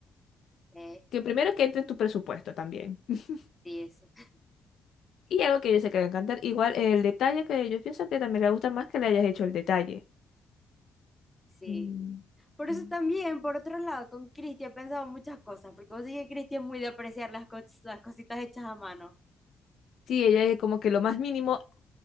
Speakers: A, in the centre; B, on the left (about 65°).
A: Eh,
B: Que primero que entre en tu presupuesto también. <laughs>
A: sí, eso,
B: Y algo que yo sé que le va a encantar. Igual el detalle que yo pienso que también le gusta más que le hayas hecho el detalle.
A: sí.
B: Mm.
A: Por eso
B: mm.
A: también, por otro lado, con Cristi he pensado muchas cosas, porque vos sabés que Cristi es muy de apreciar las, cos- las cositas hechas a mano.
B: Sí, ella es como que lo más mínimo.